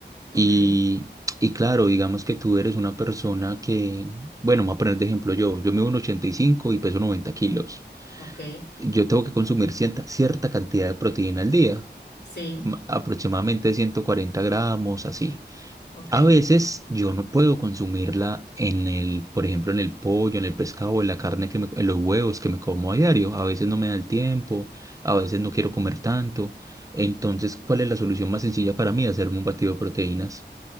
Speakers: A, on the left (about 65°); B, on the right (about 20°).
A: Ok.
B: Y, y claro, digamos que tú eres una persona que, bueno, me voy a poner de ejemplo yo, yo mido un ochenta y cinco y peso 90 kilos.
A: Ok,
B: Yo tengo que consumir cierta, cierta cantidad de proteína al día,
A: sí,
B: ma- aproximadamente 140 gramos, así.
A: ok,
B: A veces yo no puedo consumirla en el, por ejemplo, en el pollo, en el pescado, en la carne que me, en los huevos que me como a diario. A veces no me da el tiempo, a veces no quiero comer tanto. Entonces, ¿cuál es la solución más sencilla para mí? Hacerme un batido de proteínas.